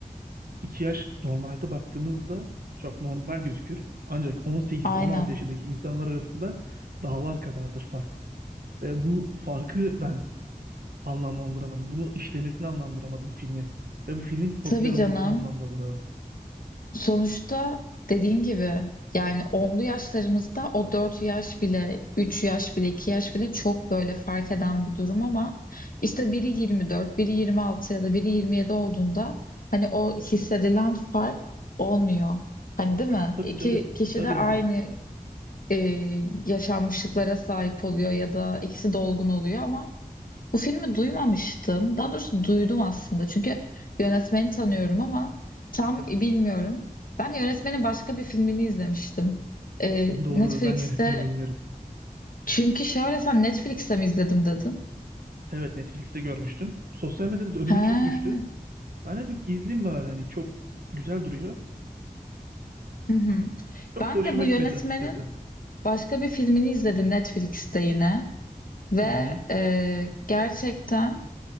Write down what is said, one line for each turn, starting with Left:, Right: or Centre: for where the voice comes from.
Right: 2 yaş normalde baktığımızda çok normal gözükür. Ancak 18-16
Left: Aynen.
Right: yaşındaki insanlar arasında dağlar kadardır fark. Ve bu farkı ben anlamlandıramadım. Bunu işlemesini anlamlandıramadım filmin. Ve bu filmin popüler
Left: Tabii
Right: olmasını
Left: canım.
Right: anlamlandıramadım.
Left: Sonuçta dediğin gibi yani onlu yaşlarımızda o 4 yaş bile, 3 yaş bile, 2 yaş bile çok böyle fark eden bir durum ama işte biri 24, biri 26 ya da biri 27 olduğunda hani o hissedilen fark olmuyor. Hani değil mi?
Right: Tabii
Left: İki
Right: tabii.
Left: kişi
Right: Tabii
Left: de aynı
Right: yani.
Left: e, yaşanmışlıklara sahip oluyor ya da ikisi dolgun oluyor ama Bu filmi duymamıştım. Daha doğrusu duydum aslında. Çünkü yönetmeni tanıyorum ama tam bilmiyorum. Ben yönetmenin başka bir filmini izlemiştim. Ee,
Right: Doğrudur
Left: Netflix'te.
Right: ben yönetmeni bilmiyorum.
Left: Çünkü şöyle sen Netflix'te mi izledim dedin?
Right: Evet Netflix'te görmüştüm. Sosyal medyada da önüme
Left: He.
Right: çok düştü. Ben dedim ki izleyeyim bari hani çok güzel duruyor.
Left: Hı hı.
Right: Çok
Left: Ben
Right: da hoşuma
Left: de bu yönetmenin
Right: gitmedi açıkçası.
Left: başka bir filmini izledim Netflix'te yine. Ve
Right: Hı hı.
Left: e, gerçekten